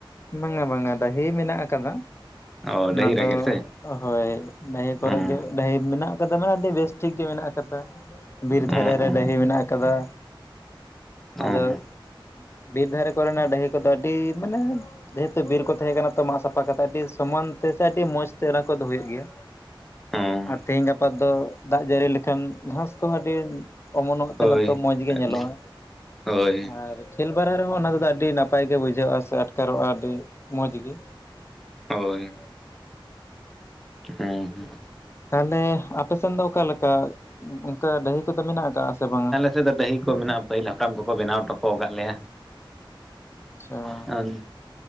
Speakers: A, on the left; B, in the centre.
A: ᱵᱟᱝ-ᱟ ᱵᱟᱝ-ᱟ ᱰᱟᱹᱦᱤ ᱢᱮᱱᱟᱜ ᱟᱠᱟᱫᱟ
B: ᱚ ᱰᱟᱹᱦᱤ
A: ᱚᱱᱟ
B: ᱨᱮᱜᱮ
A: ᱫᱚ
B: ᱥᱮ
A: ᱦᱳᱭ ᱰᱟᱹᱦᱤ ᱠᱚᱨᱮ
B: ᱚ
A: ᱜᱮ ᱰᱟᱹᱦᱤ ᱢᱮᱱᱟᱜ ᱟᱠᱟᱫᱟ ᱢᱟᱱᱮ ᱟᱹᱰᱤ ᱵᱮᱥ ᱴᱷᱤᱠ ᱜᱮ ᱢᱮᱱᱟᱜ ᱟᱠᱟᱫᱟ ᱵᱤᱨ
B: ᱚ
A: ᱫᱷᱟᱨᱮ
B: ᱚ
A: ᱨᱮ ᱰᱟᱹᱦᱤ ᱢᱮᱱᱟᱜ ᱟᱠᱟᱫᱟ ᱟᱫᱚ
B: ᱚ ᱦᱮᱸ
A: ᱵᱤᱨ ᱫᱷᱟᱨᱮ ᱠᱚᱨᱮᱱᱟᱜ ᱰᱟᱹᱦᱤ ᱠᱚᱫᱚ ᱟᱹᱰᱤ ᱢᱟᱱᱮ ᱡᱮᱦᱮᱛᱩ ᱵᱤᱨ ᱠᱚ ᱛᱟᱦᱮᱸ ᱠᱟᱱᱟ ᱛᱚ ᱢᱟᱜ ᱥᱟᱯᱷᱟ ᱠᱟᱛᱮᱜ ᱟᱹᱰᱤ ᱥᱚᱢᱟᱱ ᱛᱮ ᱥᱮ ᱟᱹᱰᱤ ᱢᱚᱸᱡᱽ ᱛᱮ ᱚᱱᱟ ᱠᱚᱫᱚ ᱦᱩᱭᱩᱜ ᱜᱮᱭᱟ
B: ᱦᱮᱸ
A: ᱟᱨ
B: ᱚ
A: ᱛᱮᱦᱤᱧ ᱜᱟᱯᱟ ᱫᱚ ᱫᱟᱜ ᱡᱟᱹᱲᱤ ᱞᱮᱠᱷᱟᱱ ᱜᱷᱟᱸᱥ ᱠᱚᱦᱚᱸ ᱟᱹᱰᱤ ᱚᱢᱚᱱᱚᱜ ᱛᱮᱜ
B: ᱦᱳᱭ
A: ᱱᱮᱛᱚ ᱢᱚᱡᱽ ᱜᱮ ᱧᱮᱞᱚᱜᱼᱟ
B: ᱟᱹᱰᱤ ᱦᱳᱭ
A: ᱟᱨ ᱠᱷᱮᱞ ᱵᱟᱨᱟ ᱨᱮᱦᱚᱸ ᱚᱱᱟᱫᱚ ᱟᱹᱰᱤ ᱱᱟᱯᱟᱭ ᱜᱮ ᱵᱩᱡᱷᱟᱹᱜᱼᱟ ᱥᱮ ᱟᱴᱠᱟᱨᱚᱜᱼᱟ ᱟᱹᱰᱤ ᱢᱚᱡᱽ ᱜᱮ
B: ᱦᱳᱭ ᱦᱩᱸ
A: ᱛᱟᱦᱚᱞᱮ ᱟᱯᱮᱥᱮᱱ ᱫᱚ ᱚᱠᱟᱞᱮᱠᱟ ᱚᱱᱠᱟ ᱰᱟᱹᱦᱤ ᱠᱚᱫᱚ ᱢᱮᱱᱟᱜ ᱟᱠᱟᱜ ᱟᱥᱮ ᱵᱟᱝ-ᱟ
B: ᱱᱮᱛᱮ ᱫᱚ ᱰᱟᱹᱦᱤ ᱠᱚ ᱢᱮᱱᱟᱜᱼᱟ ᱯᱟᱹᱦᱤᱞ ᱦᱟᱯᱲᱟᱢ ᱠᱚᱠᱚ ᱵᱮᱱᱟᱣ ᱴᱚᱠᱚ ᱠᱟᱜ ᱞᱮᱭᱟ
A: ᱟᱪᱪᱷᱟ
B: <unintelligible>